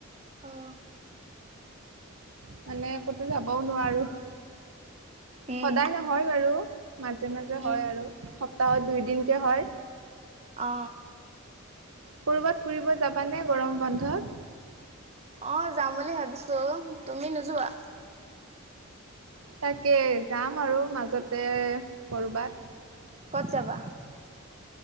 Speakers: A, on the right; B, on the right.
A: অহ।
B: মানে ক'তো যাবও নোৱাৰো।
A: উম
B: সদায় নহয় বাৰু। মাজে-মাজে হয়
A: উম
B: আৰু সপ্তাহত দুই দিনকে হয়।
A: অ।
B: কৰ'বাত ফুৰিব যাবানে গৰম বন্ধত?
A: অ, যাম বুলি ভাবিছো। তুমি নোযোৱা?
B: তাকে, যাম আৰু মাজতে কৰবাত।
A: ক'ত যাবা?